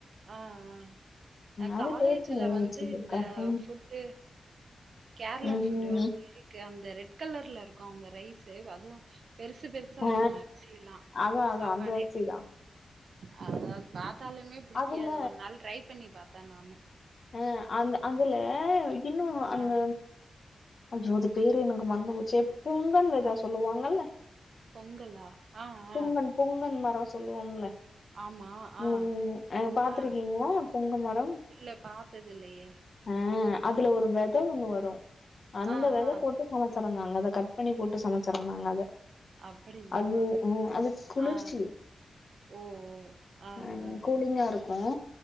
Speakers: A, on the right (about 70°); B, on the left (about 50°).
A: ஆ ஆ நா
B: அது
A: காலேஜுல
B: டேஸ்ட்டு நல்லாருந்துச்சுக்கா.
A: வந்து இந்த
B: ம்.
A: ஃபுட் து கேரளா
B: ம்.
A: ஃபுட்டு வந்து இ <unintelligible> அந்த ரெட் கலர்ல இருக்கு அவுங்க ரைசு அதுவு பெருசு பெரு சா
B: ஆ
A: இருக்கு அரிசிலா
B: அதான், அதான்
A: சாப்பாடே
B: அந்த அரிசி தான்.
A: அ அது பாத்தாலயுமே
B: அதுல
A: கே அது ஒரு நாள் ட்ரை பண்ணி பாத்த நானு
B: அஹ் அந்த அதுல இன்னு அந்த
A: ஆ
B: ஐயோ அது பேரே எனக்கு மறந்துப்போச்சே புங்கன் எதோ
A: ஆ
B: சொல்லுவாங்கல்ல
A: பொங்கலா ஆ
B: புங்கன்
A: ஆ
B: பொங்கன் மரோ சொல்லுவோம்ல
A: ஆமா ஆ
B: ம் அ பாத்திருக்கீங்களா
A: ஆ
B: பொங்க மரம்
A: இல்ல பாத் த்ததில்லயே
B: அஹ் அதுல ஒரு வெத ஒண்ணு வரு அந்த
A: ஆ
B: வெத
A: ஆ
B: போட்டு சமச்சிறந்தாங்க அத கட் பண்ணி போட்டு சமச்சிறந்தாங்க அத
A: அப்படியா
B: அது ம் அது குளிர்ச்சி
A: ஆ ஆ ஓ ஓ ஆ
B: அ
A: ஆ
B: கூலிங்கா இருக்கு